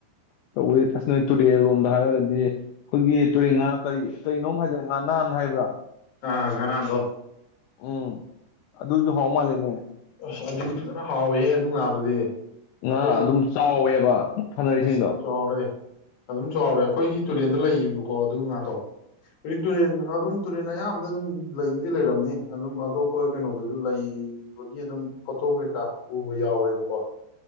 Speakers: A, on the left; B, on the left.
A: <unintelligible> ꯅꯣꯏ ꯇꯨꯔꯤꯜꯂꯣꯝꯗ ꯍꯥꯏꯔꯒꯥꯗꯤ ꯑꯩꯈꯣꯏꯒꯤ ꯇꯨꯔꯦꯟ ꯉꯥ ꯀꯔꯤ ꯇꯨꯔꯦꯟꯅꯨꯡ ꯍꯥꯏꯗ ꯉꯥ ꯅ ꯍꯥꯏꯕ꯭ꯔꯥ
B: ꯑꯥ ꯉꯅꯥꯥꯡꯗꯣ
A: ꯎꯝ ꯑꯗꯨꯁꯨ ꯍꯥꯎ ꯃꯥꯜꯂꯦꯅꯦ
B: ꯑꯁ ꯑꯗꯨꯗꯤ ꯐꯖꯅ ꯍꯥꯎꯋꯦꯍꯦ ꯑꯗꯨ ꯉꯥꯗꯨꯗꯤ
A: ꯉꯥ
B: ꯑꯩꯈꯣꯏ
A: ꯑꯗꯨꯝ ꯆꯥꯎꯋꯦꯕ ꯐꯅꯔꯤꯁꯤꯡꯗꯣ
B: ꯑꯁ ꯆꯥꯎꯔꯦ ꯑꯗꯨꯝ ꯆꯥꯎꯔꯦ ꯑꯩꯈꯣꯏꯒꯤ ꯇꯨꯔꯦꯟꯗ ꯂꯩꯌꯦꯕꯀꯣ ꯑꯗꯨ ꯉꯗꯣ ꯕꯤꯛꯇꯣꯔꯤꯌꯥꯟ ꯑꯗꯨꯝ ꯇꯨꯔꯦꯜ ꯑꯌꯥꯝꯕꯗ ꯑꯗꯨꯝ ꯂꯩꯕꯨꯗꯤ ꯂꯩꯔꯝꯅꯤ ꯑꯗꯨꯝ ꯑꯇꯣꯞꯄ ꯀꯩꯅꯣꯗꯁꯨ ꯂꯩꯕꯒꯤ ꯑꯗꯨꯝ ꯐꯣꯇꯣ ꯀꯩꯀꯥ ꯎꯕ ꯌꯥꯎꯋꯦꯕꯀꯣ